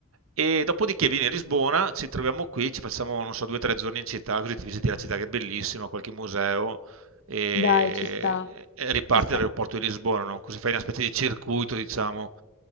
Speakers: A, on the right; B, on the left.
A: E dopodiché vieni a Lisbona, ci troviamo qui, ci facciamo, non so, due o tre giorni in città, così ti visiti la città che è bellissima, qualche museo e,
B: Dai, ci sta,
A: e riparti
B: ci sta.
A: dall'aeroporto di Lisbona, no? Così fai una specie di circuito, diciamo.